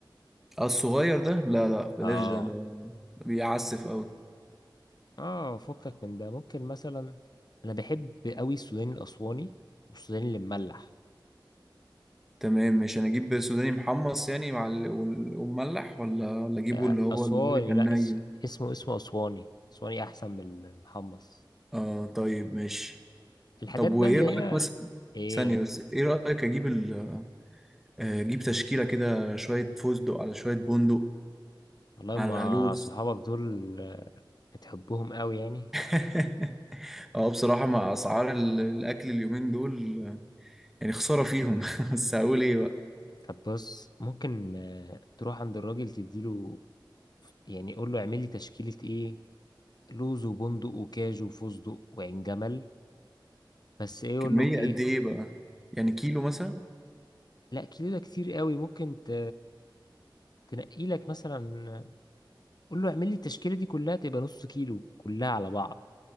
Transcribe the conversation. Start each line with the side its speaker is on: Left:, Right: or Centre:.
Centre: اه الصغير ده لا لا بلاش
Left: اه
Centre: ده ده بيعسف قوي
Left: اه فكك من ده ممكن مثلا انا بحب قوي السوداني الاسواني والسوداني اللي مملح
Centre: تمام مش انا اجيب سوداني محمص يعني وع- وال- ومملح ولا ولا اجيبه
Left: آه،
Centre: اللي هو
Left: اسواني
Centre: اللي بيبقى الني
Left: لا اس... اسمه اسمه اسواني اسواني احسن من المحمص
Centre: اه طيب ماشي
Left: الحاجات
Centre: طب
Left: بقى
Centre: وايه
Left: اللي
Centre: رايك
Left: هي
Centre: مثلا
Left: ايه
Centre: ثانية بس ايه رايك اجيب ال... آه، اجيب تشكيلة كده شوية فستق على شوية بندق
Left: والله
Centre: على
Left: ما
Centre: لوز
Left: صحابك دول آه، بتحبهم قوي يعني
Centre: <laughs> اه بصراحة مع اسعار ال- الاكل اليومين دول يعني خسارة فيهم <laughs> بس هقول ايه بقى
Left: طب بص ممكن آه، تروح عند الراجل تديله يعني قول له اعمل لي تشكيلة ايه لوز وبندق وكاجو وفستق وعين جمل بس ايه
Centre: كمية
Left: قول له ايه
Centre: قد ايه بقى يعني كيلو مثلا
Left: لا كيلو ده كتير قوي ممكن ت... تنقي لك مثلا قول له اعمل لي التشكيلة دي كلها تبقى نص كيلو كلها على بعض